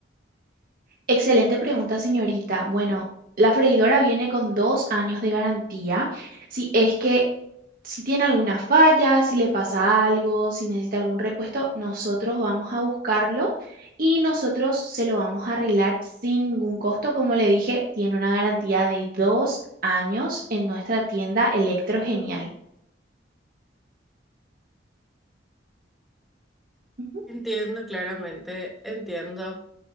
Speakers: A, on the right; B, in the centre.
A: Excelente pregunta, señorita. Bueno, la freidora viene con dos años de garantía. Si es que si tiene alguna falla, si le pasa algo, si necesita algún repuesto, nosotros vamos a buscarlo y nosotros se lo vamos a arreglar sin ningún costo. Como le dije, tiene una garantía de dos años en nuestra tienda Electro Genial. Ujú.
B: Entiendo claramente, entiendo.